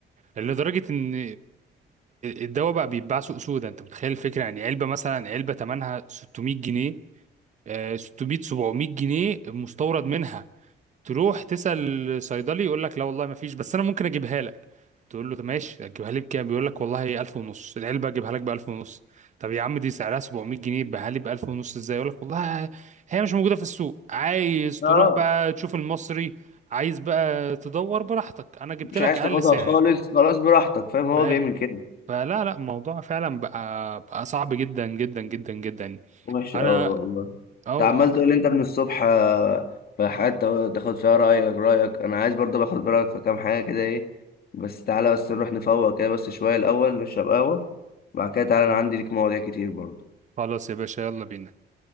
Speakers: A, on the right; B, on the left.
A: لدرجه ان الدواء بقى بيتباع سوق سودا انت متخيل الفكره يعني علبه مثلا علبه ثمنها 600 جنيه آه، 600 700 جنيه مستورد منها تروح تسأل صيدلي يقول لك لا والله ما فيش بس انا ممكن اجيبها لك تقول له طب ماشي هتجيبها لي بكام بيقول لك والله 1000 ونص العلبه اجيبها لك ب 1000 ونص طب يا عم دي سعرها 700 جنيه بها لي ب 1000 ونص ازاي يقول لك والله هي مش موجوده في السوق عايز
B: اه
A: تروح بقى تشوف المصري عايز بقى تدور براحتك انا جبت
B: مش
A: لك
B: عايز
A: اقل
B: تاخدها
A: سعر
B: خالص خلاص براحتك فاهم هو
A: ف...
B: بيعمل كده
A: فلا لا الموضوع فعلا بقى بقى صعب جدا جدا جدا جدا
B: وحش
A: انا
B: أوي والله أنت
A: اه والله
B: عمال تقول أنت من الصبح آه، في حاجات تا- تاخد فيها رأيك رأيك أنا عايز برضه باخد رأيك في كام حاجة كده إيه بس تعالى بس نروح نفوق كده بس شوية الأول نشرب قهوة بعد كده تعالى أنا عندي ليك مواضيع كتير برضه
A: خلاص يا باشا يلا بينا